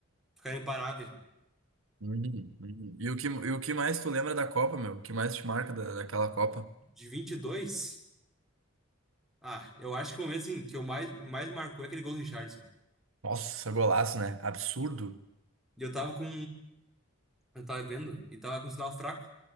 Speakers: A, in the centre; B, on the right.
A: Ficaram imparáveis, meu.
B: Uhum, uhum. E o que, e o que mais tu lembra da Copa, meu? O que mais te marca da, daquela Copa?
A: De 22, ah, eu acho que o momento, assim, que eu mais, mais marcou é aquele gol do Richardson.
B: Nossa, golaço, né? Absurdo.
A: E eu tava com... Eu tava vendo e tava com um sinal fraco.